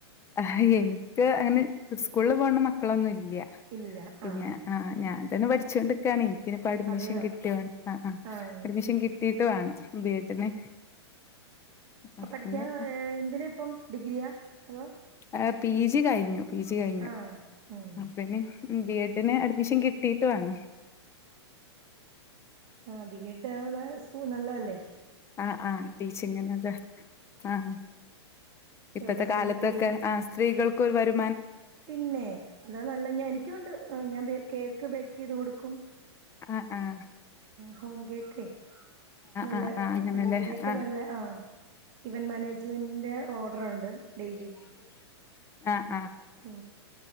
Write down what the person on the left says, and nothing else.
ആ എനിക്ക് അങ്ങനെ സ്കൂളില് പോകണ്ട മക്കളൊന്നുംല്ല ല്ല
പിന്നെ
ആ ഞാ ന്നെ പഠിച്ചുകൊണ്ടിക്കാണേ എനിപ്പോ അഡ്മിഷൻ
കിട്ടിയോ ആ ആ
അഡ്മിഷൻ കിട്ടീട്ട് വേണം ബി എഡിന് അപ്പ
പിന്നെ
എ പി ജി കഴിഞ്ഞു പി ജി കഴിഞ്ഞു
അപ്പനി ബി എഡിന് അഡ്മിഷൻ കിട്ടിയിട്ടു വേണം
ആ ആ ടീച്ചിങ്ങിനൊക്കെ ആ ഹ ഇപ്പഴത്തെ
കാലത്തൊക്കെ
ആ സ്ത്രീകൾ കോയിവരും
ആ ആ
ആഹ് ആഹ് അങ്ങനെല്ലേ
ആഹ്
ആ